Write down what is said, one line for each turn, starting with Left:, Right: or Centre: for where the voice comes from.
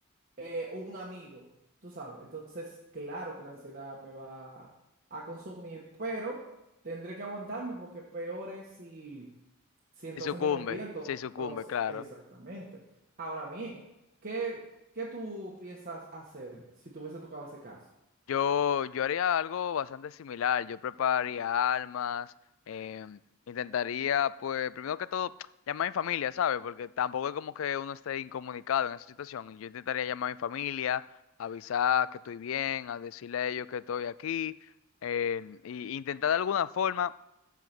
Right: eh, un amigo, tú sabes. Entonces, claro que la ansiedad me va a consumir, pero tendré que aguantarme porque peor es si, si entonces
Left: Si sucumbe,
Right: me convierto.
Left: si sucumbe,
Right: O s-
Left: claro.
Right: exactamente. Ahora bien, ¿qué, qué tú piensas hacer si te hubiese tocado ese caso?
Left: Yo, yo haría algo bastante similar. Yo prepararía almas, em, intentaría, pues, primero que todo, <tsk> llamar a mi familia, ¿sabes? Porque tampoco es como que uno esté incomunicado en esa situación. Yo intentaría llamar a mi familia, avisar que estoy bien, a decirle a ellos que estoy aquí, em, y intentar de alguna forma